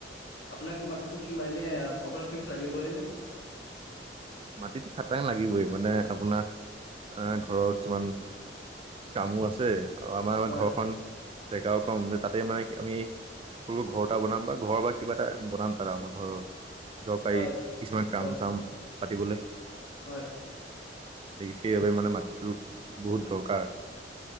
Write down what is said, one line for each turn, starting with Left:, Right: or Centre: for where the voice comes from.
Left: আপোনাক মাটিটো এনে, আপোনাৰ ফিক্স লাগিবই নে?
Right: মাটিটো খাটাং লাগিবই মানে আপোনাৰ অ', ঘৰৰ কিছুমান কামো আছে আৰু আমাৰ
Left: হয়,
Right: ঘৰখন <unintelligible> তাতে মাইক আমি সৰু ঘৰ এটা বনাম বা ঘৰ বা কিবা এটা বনাম তাত আমাৰ ঘৰৰ দৰকাৰী
Left: হয়,
Right: কিছুমান কাম
Left: হয়,
Right: চাম পাতিবলৈ
Left: হয়
Right: সেইবাবে মানে মাটিটো বহুত দৰকাৰ।